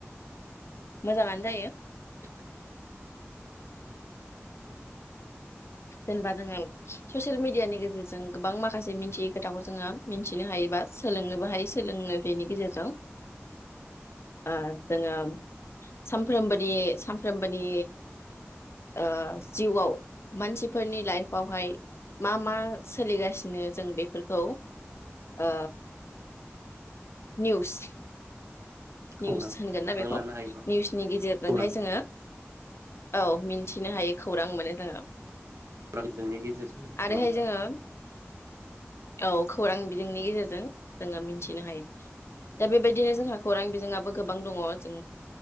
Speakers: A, on the left; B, on the right.
A: मोजाङानो जायो जेनेबा जोङो ससियेल मिडियानि गेजेरजों गोबां माखासे मिथियै खोथाखौ जोङो मिथिनो हायोबा सोलोंनोबो हायो सोलोंनो बेनि गेजेरजों ओ जोङो सानफ्रबोनि सानफ्रोमबोनि ओ जिउआव मानसि फोरनि लाइफआवहाय मा मा सोलिगासिनो जों बेफोरखौ ओ निउस
B: खौरां
A: निउस होनगोन ना
B: खौरां
A: बेखौ
B: लानो हायो नङा होमबा?
A: निउसनि गेजेरजोंहाय
B: खौरां
A: जोङो औ मिन्थिनो हायो खौरां मोनो जोङो।
B: रायजोनि गेजेरजों नङा
A: आरोहाय
B: होमबा
A: जोङो औ खौरां बिजोंनि गेजेरजों जोङो मिथिनो हायो। दा बेबायदिनो जोंहा खौरां बिजोंङाबो गोबां दङ' जों